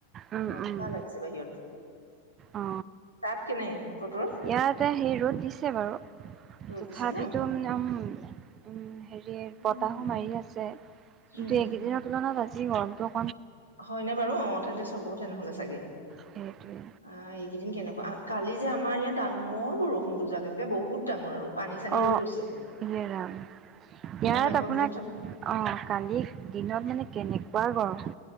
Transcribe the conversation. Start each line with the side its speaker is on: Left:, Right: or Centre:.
Right: উম'-
Left: মজা
Right: উম'।
Left: লাগিছে বাহিৰত
Right: অ,
Left: তাত কেনে বতৰ
Right: ইয়াত হেৰি ৰ'দ দিছে বাৰু।
Left: ৰ'দ
Right: তথাপিটো
Left: দিছে ন
Right: মানে, উম -উম হেৰি। দিয়ে
Left: উম
Right: বতাহো মাৰি আছে। গোটেই
Left: উম
Right: এইকেইদিনৰ তুলনাত আছে। যি গৰম টোক,
Left: হয়নে বাৰু অ, তেন্তে চবতে নহ'লে চাগে,
Right: সেইটোৱে
Left: আহ, এইকেইদিন কেনেকুৱা কালি যে আমাৰ ইয়াত ডাঙ, বৰ বৰষুণ দু- জাক একে বহুত ডাঙৰ আৰু। পানী চানী
Right: অ',
Left: ৰৈ গৈছে
Right: ইয়ে ৰাম। ইয়াত
Left: মই বেংকৰ
Right: আপোনাক
Left: ভিতৰত থাকো
Right: অ ', কালি দিনত মানে, কেনেকুৱা গৰম,